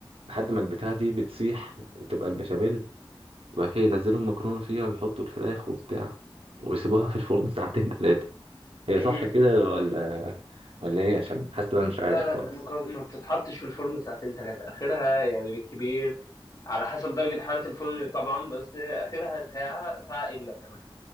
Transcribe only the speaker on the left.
مم.
لا لا
المكرونه ما بتتحطش في الفرن ساعتين ثلاثه اخرها يعني بالكبير على حسب درجه حراره الفرن طبعا بس اخرها ساعه ساعه الا كمان